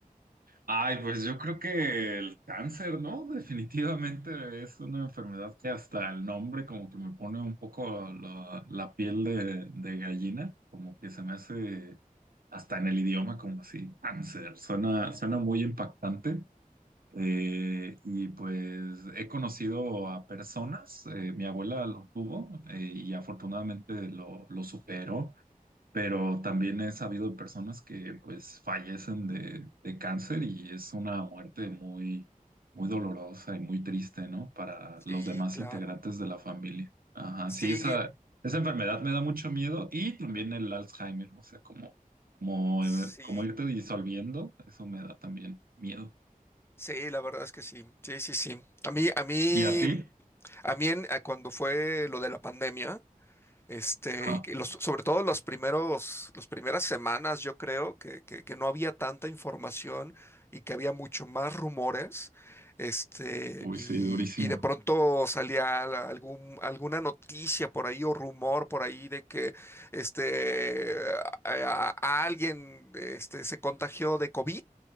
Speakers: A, on the right (about 85°); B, on the left (about 15°).
A: Ay, pues yo creo que el cáncer, ¿no? Definitivamente es una enfermedad que hasta el nombre como que me pone un poco la, la piel de, de gallina, como que se me hace hasta en el idioma como así, cáncer, suena, suena muy impactante. Eh, y pues he conocido a personas, eh, mi abuela lo tuvo eh, y afortunadamente lo, lo superó pero también he sabido de personas que pues fallecen de, de cáncer y es una muerte muy, muy dolorosa y muy triste, ¿no? Para
B: Sí,
A: los demás
B: claro.
A: integrantes de la familia. Ajá,
B: Sí,
A: sí, esa, esa enfermedad me da mucho miedo y también el Alzheimer, o sea, como, como,
B: sí.
A: eh, como irte disolviendo, eso me da también miedo.
B: Sí, la verdad es que sí. Sí, sí, sí. A mí, a mí,
A: ¿Y a ti?
B: a mí en- a cuando fue lo de la pandemia. Este,
A: Ajá,
B: y los, sobre todo los primeros, las primeras semanas, yo creo que, que- que no había tanta información y que había mucho más rumores. Este,
A: uy,
B: y,
A: sí, durísimo.
B: y de pronto salía la- algún, alguna noticia por ahí o rumor por ahí de que este, a, a alguien este, se contagió de COVID